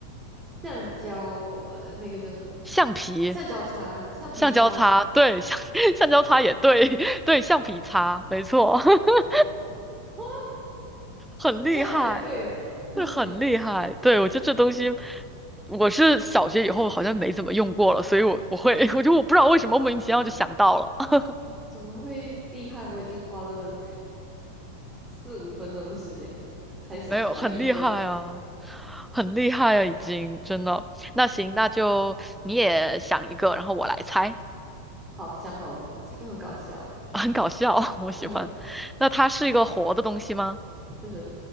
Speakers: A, on the right (about 20°); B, in the centre.
A: 橡胶，呃，那个叫什么？
B: 橡皮、
A: 橡胶擦，橡皮擦。
B: 橡胶擦，对，橡 <laughs> 橡胶擦也对，<laughs> 对，橡皮擦，没错，<laughs>
A: 哇，
B: 很厉害，
A: 我这样才对！<laughs>
B: 这很厉害。
A: 天呐，
B: 对，我觉得这东西，我是小学以后好像没怎么用过了，所以我我会，<laughs> 我就我不知道为什么莫名其妙就想到了，<laughs>
A: 嗯怎么会厉害？我已经花了四五分钟的时间才想出来一个。
B: 没有，很厉害啊，很厉害啊，已经真的。那行，那就你也想一个，然后我来猜，
A: 好，想好了，这个很搞笑。
B: <laughs> 很搞笑，<laughs> 我喜欢。
A: 嗯，
B: 那它是一个活的东西吗？
A: 是